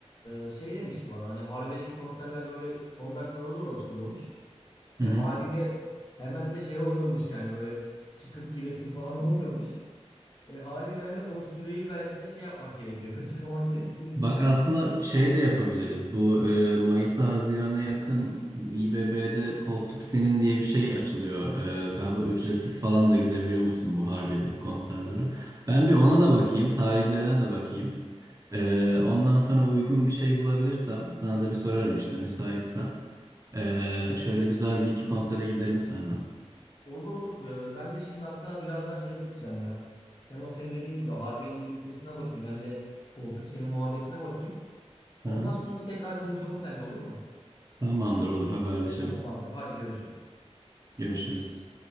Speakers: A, on the left (about 40°); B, on the right (about 30°).
A: e, şey demişti bana hani Harbiye'deki konserler böyle son dakikalara doğru açılıyormuş. E
B: hı.
A: haliyle hemen de şey <laughs> olmuyormuş yani böyle çıkıp giresin falan olmuyormuş. E haliyle hani o süreyi belki de şey yapmak gerekiyor kaçırmamak gerektiğini
B: Bak
A: düşünüyorum.
B: aslında şey de yapabiliriz. Bu e, Mayıs'a Haziran'a yakın bu İBB'de koltuk senin diye bir şey açılıyor. E, galiba ücretsiz falan da gidebiliyormuşsun bu Harbiye'deki konserlere. Ben bir ona da bakayım, tarihlerine de bakayım. E, ondan sonra uygun bir şey bulabilirsem sana da bir sorarım işte müsaitsen. E, şöyle güzel bir iki konsere gidelim seninle.
A: Olur olur. Ee, ben de şimdi hatta birazdan şeye bakacağım ya. Hem o senin dediğin gibi Harbiye'nin bir listesine bakayım hem de koltuk senin muhabbetine bakayım. Ondan
B: Aha,
A: sonra bir tekrar konuşalım seninle olur mu?
B: tamamdır olur haberleşelim.
A: Tamam abi. Hadi görüşürüz.
B: Görüşürüz.